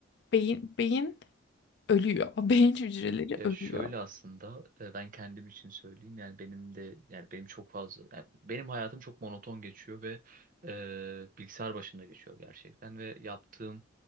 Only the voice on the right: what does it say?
Ya
şöyle aslında e, ben kendim için söyleyeyim yani benim de yani benim çok fazla yani benim hayatım çok monoton geçiyor ve e, bilgisayar başında geçiyor gerçekten ve yaptığım